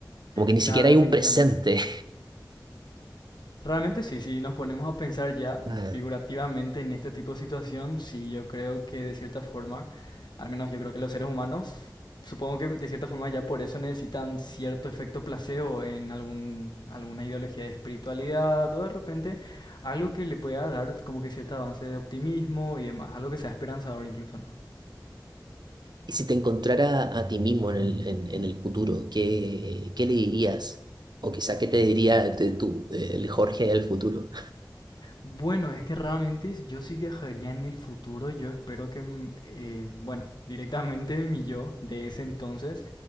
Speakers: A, on the right; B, on the left.
A: como que ni
B: Claro,
A: siquiera hay
B: definitivamente.
A: un presente.
B: Realmente sí, si nos ponemos a pensar ya
A: <laughs>
B: figurativamente en este tipo de situación, sí, yo creo que de cierta forma, al menos yo creo que los seres humanos, supongo que de cierta forma ya por eso necesitan cierto efecto placebo en algún, alguna ideología de espiritualidad o de repente algo que le pueda dar como que cierto avance de optimismo y demás, algo que sea esperanzador incluso, ¿no?
A: Y si te encontrara a ti mismo en el, en, en el futuro, ¿qué, qué le dirías? O quizá, ¿qué te diría de tú, el Jorge del futuro?
B: Bueno, es que realmente yo sí viajaría en el futuro. Yo espero que, mm, eh, bueno, directamente mi yo de ese entonces